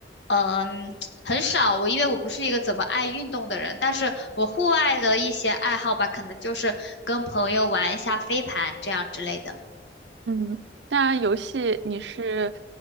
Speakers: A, on the left; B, on the right.
A: 嗯很少，我因为我不是一个怎么爱运动的人，但是我户外的一些爱好吧，可能就是跟朋友玩一下飞盘这样之类的。
B: 嗯，那游戏你是